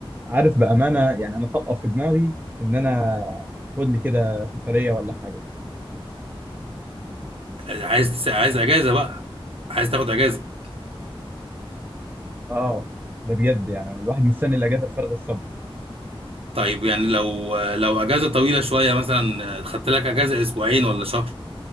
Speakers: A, on the right (about 20°); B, on the right (about 80°).
A: عارف بأمانة يعني أنا طقف في دماغي إن أنا أخد لي كده سفرية ولا حاجة
B: عايز تس... عايز اجازه بقى عايز تاخد اجازه
A: آه ده بجد يعني الواحد مستني الأجازة بفارغ الصبر
B: طيب يعني لو لو اجازه طويله شويه مثلا خدت لك اجازه اسبوعين ولا شهر